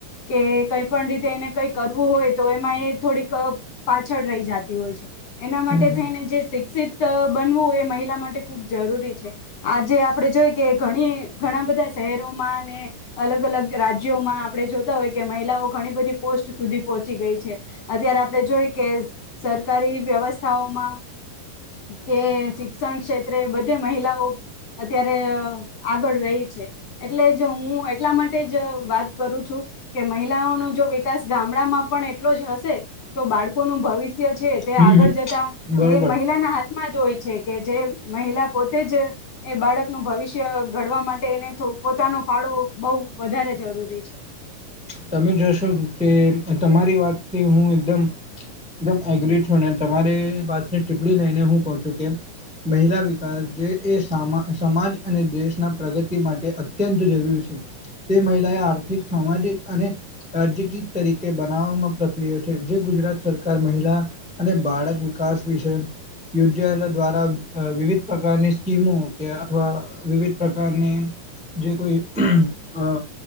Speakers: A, on the left (about 60°); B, in the centre.
A: કે કઈ પણ રીતે એને કઈ કરવું હોય તો એમાં એ થોડીક પાછળ રહી જતી હોય છે એના
B: હમ
A: માટે
B: હમ
A: થઈને જે શિક્ષિત ત બનવું એ મહિલા માટે ખૂબ જરૂરી છે. આજે આપણે જોઈ કે ઘણી ઘણા બધા શહેરોમાં અને અલગ-અલગ રાજ્યોમાં આપણે જોતા હોય કે મહિલાઓ ઘણી બધી પોસ્ટ સુધી પહોંચી ગઈ છે, અત્યારે આપણે જોઈ કે સ સરકારી વ્યવસ્થાઓમાં, કે શિક્ષણ ક્ષેત્ ત્રે બધે મહિલાઓ, અત્યારે આગળ રહી છે, એટલે જ હું એટલા માટે જ વાત કરું છું, કે મહિલાઓનો જો વિકાસ ગામડામાં પણ એટલો જ હશે તો બાળકો નું ભવિષ્ છે તે
B: હમ
A: આગળ
B: હમ
A: જતા
B: બરોબર.
A: એ મહિલાના હા માં જ હોય છે કે જે મહિલા પોતે જ એ બાળકનું ભવિષ્ય ઘડવા માટે એને થો પોતાનો ફાળો બહું વધારે જરૂરી છે.
B: તમે જોશો કે તમારી વાતથી હું એકદમ-એકદમ એગ્રી છું, ને તમારી વાતને ટીપ્પણી લઈને હું કહું છું કે મહિલા વિકાસ જે એ સા સમાજ અને દેશના પ્રગતિ માટે અત્યંત જરૂરી છે, તે મહિલાએ આર્થિક, સામાજિક અને રાજ્યગીત તરીકે બનાવવામાં પ્રક્રિય છે, જે ગુજરાત સરકાર મહિલા અને બાળક વિકાસ વિશે યોજાયેલા દ્વારા વિવિધ પ્રકારની સ્કીમો કે અથવા વિવિધ પ્રકારની જે કોઈ અહ